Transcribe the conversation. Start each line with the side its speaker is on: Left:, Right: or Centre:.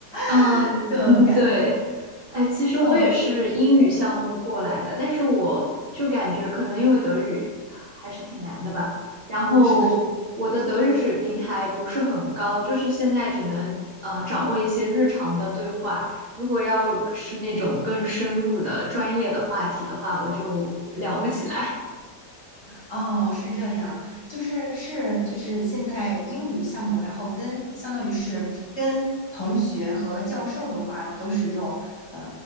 Right: 嗯，
Left: <laughs> 的感，
Right: <laughs> 对，哎，其实我也是英语项目过来的，
Left: 嗯，
Right: 但是我就感觉可能因为德语啊还是挺难的吧，然后我的德语水平还不是很高，
Left: 是的，是的
Right: 就是现在只能呃掌握一些日常的对话，如果要是那种更深入的专业的话题的话，我就聊不起来。
Left: 哦，是这样，就是是就是现在英语项目，然后跟相当于是跟同学和教授的话都是用呃